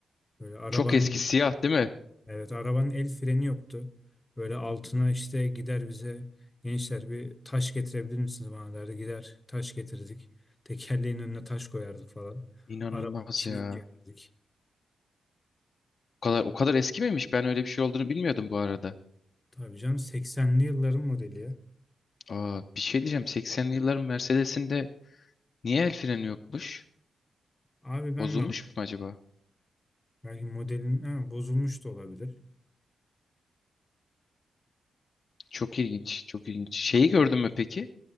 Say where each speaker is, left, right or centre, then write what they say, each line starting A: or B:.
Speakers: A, on the left; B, on the left.
A: Böyle arabanın
B: çok eski siyah değil mi?
A: Evet arabanın el freni yoktu. Böyle altına işte gider bize gençler bir taş getirebilir misiniz bana derdi. Gider taş getirdik. Tekerleğin önüne taş koyardık falan.
B: İnanılmaz
A: Arabanın içini
B: ya.
A: incelerdik.
B: O kadar o kadar eski miymiş? Ben öyle bir şey olduğunu bilmiyordum bu arada.
A: Tabii canım 80'li yılların modeli ya.
B: Aa bir şey diyeceğim. 80'li yılların Mercedes'inde niye el freni yokmuş?
A: Abi ben
B: Bozulmuş
A: de ama
B: mu acaba?
A: belki modelin ha, bozulmuş da olabilir.
B: Çok ilginç, çok ilginç. Şeyi gördün mü peki?